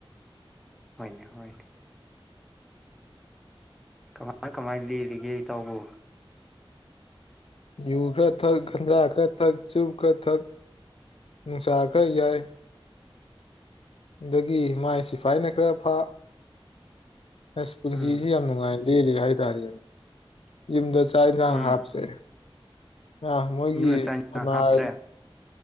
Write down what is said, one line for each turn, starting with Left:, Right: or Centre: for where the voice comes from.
Centre: ꯍꯣꯏꯅꯦ ꯍꯣꯏꯅꯦ ꯀꯃꯥꯏ ꯀꯃꯥꯏꯅ ꯂꯤꯔꯤꯒꯦ ꯏꯇꯥꯎꯕꯨ
Left: ꯌꯨ ꯈꯔ ꯊꯛ ꯒꯟꯖꯥ ꯈꯔ ꯊꯛ ꯆꯨꯞ ꯈꯔ ꯊꯛ ꯅꯨꯡꯁꯥ ꯈꯔ ꯌꯥꯏ ꯑꯗꯒꯤ ꯃꯥꯏ ꯁꯤꯐꯥꯏꯅ ꯈꯔ ꯐ ꯑꯁ ꯄꯨꯟꯁꯤꯁꯤ
Centre: ꯎꯝ
Left: ꯌꯥꯝ ꯅꯨꯡꯉꯥꯏ ꯂꯤ ꯂꯤ ꯍꯥꯏꯇꯥꯔꯦ ꯌꯨꯝꯗ ꯆꯥꯛ ꯏꯟꯁꯥꯡ
Centre: ꯎꯝ
Left: ꯍꯥꯞꯇ꯭ꯔꯦ ꯑ ꯃꯣꯏꯒꯤ
Centre: ꯌꯨꯝꯅ ꯆꯥꯛ ꯏꯟꯁꯥꯡ
Left: ꯊꯅꯥꯜ
Centre: ꯍꯥꯞꯇ꯭ꯔꯦ